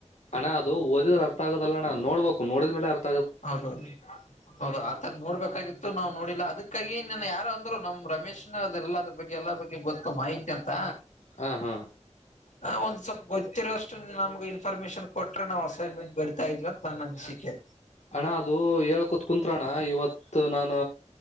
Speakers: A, on the left (about 70°); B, on the left (about 85°).
A: ಅಣ್ಣ ಅದು ಓದಿದ್ರ ಅರ್ಥ ಆಗದಲ್ಲಣ್ಣ ನೋಡ್ಬೇಕು ನೋಡಿದ ಮೇಲೆ ಅರ್
B: ಹೌದೌದು ಹೌದು ಆತರ ನೋಡ್ಬೇಕಾಗಿತ್ತು ನಾವು ನೋಡಿಲ್ಲ ಅದಕ್ಕಾಗಿನ್ನ ಯಾರು ಅಂದ್ರು ನಮ್ ರಮೇಶ್ನ ಅ್ರಲ್ಲ ಅದ್ರ ಬಗ್ಗೆ ಎಲ್ಲ ಬಗ್ ಗೊತ್ತು ಮಾಹಿತಿ ಅಂತ
A: ಹಾ ಹಾ
B: ಹ ಒಂದ್ ಸ್ವಲ್ಪ ಗೊತ್ತಿರೋ ಅಷ್ಟು ನಮ್ಗೆ ಇನ್ಫಾರ್ಮೇಶನ್ ಕೊಟ್ರೆ ನಾವ್ ಅಸೈನ್ಮೆಂಟ್ ಬರ್ತಾ ಇದ್ವ ನಾನು ಅನ್ಸಿಕೆ
A: ಅಣ್ಣ ಅದು ಹೇಳಕೊತ್ ಕುಂತ್ತ್ರಣ್ಣ ಇವತ್ತು ನಾನು